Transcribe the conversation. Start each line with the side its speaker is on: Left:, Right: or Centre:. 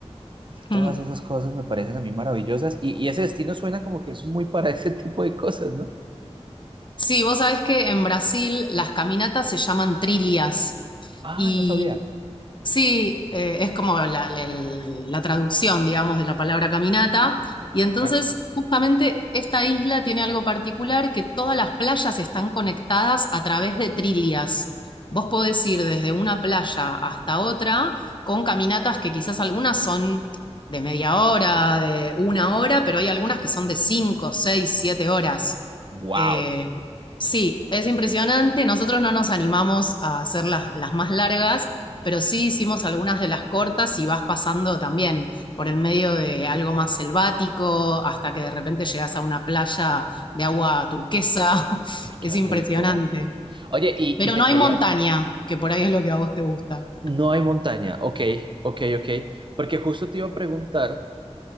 Left: <laughs>
Right: todas
Left: mm.
Right: esas cosas me parecen a mí maravillosas y, y ese destino suena como que es muy para <laughs> ese tipo de cosas, ¿no?
Left: Sí, vos sabés que en Brasil las caminatas se llaman trilhas
Right: Ah,
Left: y
Right: no sabía.
Left: Sí, eh, es como la, la- el- la traducción, digamos, de la palabra caminata. Y entonces,
Right: Ok.
Left: justamente esta isla tiene algo particular, que todas las playas están conectadas a través de trilias. Vos podés ir desde una playa hasta otra con caminatas que quizás algunas son de media hora, de una hora, pero hay algunas que son de cinco, seis, siete horas.
Right: Wow.
Left: Eh, sí, es impresionante. Nosotros no nos animamos a hacer las las más largas pero sí hicimos algunas de las cortas y vas pasando también por el medio de algo más selvático hasta que de repente llegas a una playa de agua turquesa. <laughs>
Right: Uy, qué
Left: Es impresionante.
Right: rico. Oye, y,
Left: Pero
Right: y te
Left: no
Right: quería.
Left: hay montaña, que por ahí es lo que a vos te gusta.
Right: No hay montaña. Ok, ok, ok. Porque justo te iba a preguntar,